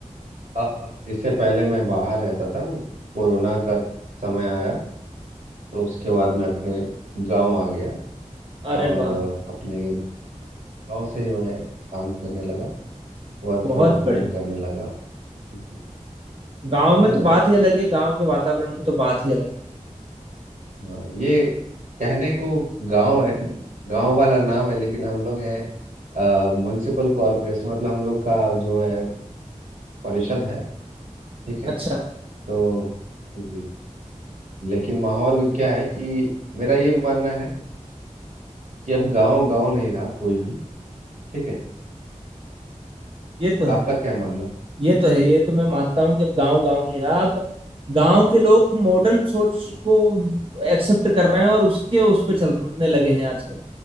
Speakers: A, on the right (about 80°); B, on the right (about 45°).
A: अब अब इससे पहले मैं बाहर रहता था कोरोना का समय आया तो उसके बाद मैं अपने गांव आ गया
B: अरे
A: और
B: वाह
A: अ, अपने गांव से ही मैं काम करने लगा वर्क
B: बहुत
A: फ्रॉम
B: बड़े
A: होम करने लगा जी।
B: गांव
A: तो
B: में तो बात ही अलग है गांव के वातावरण की तो बात ही अलग है
A: हाँ ये कहने को गांव है गांव वाला नाम है लेकिन हम लोग हैं म्युनिसिपल कॉरपोरेशन मतलब हम लोग का जो है परिषद है ठीक है
B: अच्छा
A: तो जी लेकिन माहौल क्या है कि मेरा ये मानना है कि अब गांव गांव नहीं रहा कोई भी ठीक है
B: ये तो
A: आपका
B: है
A: क्या मानना
B: ये तो है ये तो मैं मानता हूँ कि अब गांव गांव नहीं रहा अब गांव के लोग मॉडर्न सोच को एक्सेप्ट कर रहे हैं और उसके उस पे चलने लगे हैं आजकल